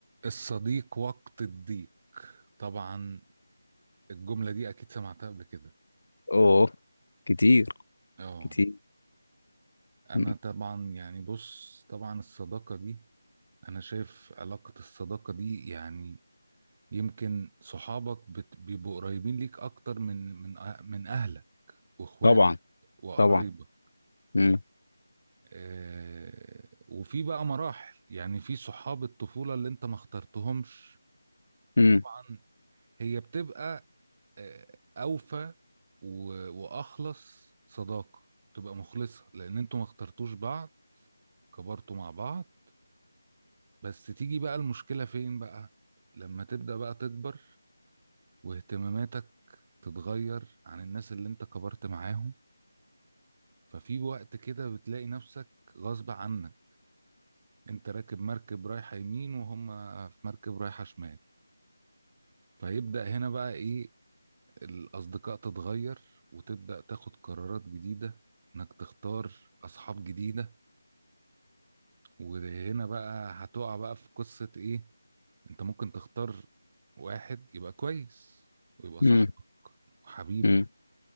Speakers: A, on the right (about 20°); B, on the left (about 55°).
A: الصديق وقت الضيق طبعا الجملة دي أكيد سمعتها قبل كده
B: اوه كتير
A: اه
B: كتير
A: أنا
B: مم.
A: طبعا يعني بص طبعا الصداقة دي أنا شايف علاقة الصداقة دي يعني يمكن صحابك بت- بيبقوا قريبين ليك أكتر من من أه- من أهلك وإخواتك
B: طبعا
A: وقرايبك
B: طبعا مم.
A: آه وفي بقى مراحل يعني في صحاب الطفولة اللي أنت ما اخترتهمش
B: مم.
A: طبعا هي بتبقى آه، اوفى و- واخلص صداقه تبقى مخلصه لان انتوا ما اخترتوش بعض كبرتوا مع بعض بس تيجي بقى المشكله فين بقى لما تبدا بقى تكبر واهتماماتك تتغير عن الناس اللي انت كبرت معاهم ففي وقت كده بتلاقي نفسك غصب عنك انت راكب مركب رايحه يمين وهم في مركب رايحه شمال فيبدا هنا بقى ايه الأصدقاء تتغير وتبدأ تاخد قرارات جديدة إنك تختار أصحاب جديدة وهنا بقى هتقع بقى في قصة إيه أنت ممكن تختار واحد يبقى كويس ويبقى
B: مم.
A: صاحبك وحبيبك
B: مم.